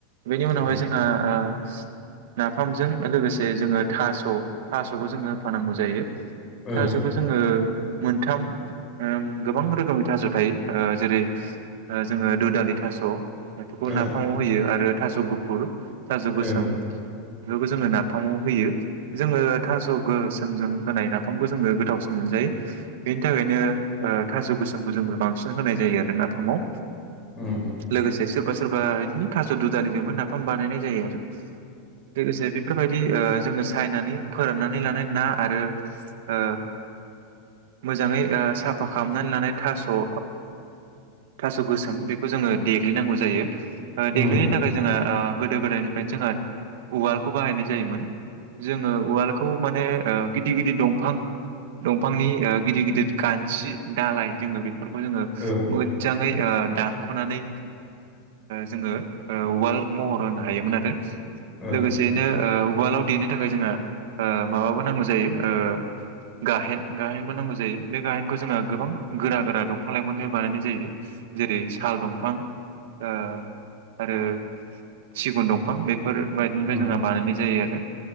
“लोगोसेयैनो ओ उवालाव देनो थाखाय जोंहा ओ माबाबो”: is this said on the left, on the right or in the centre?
Right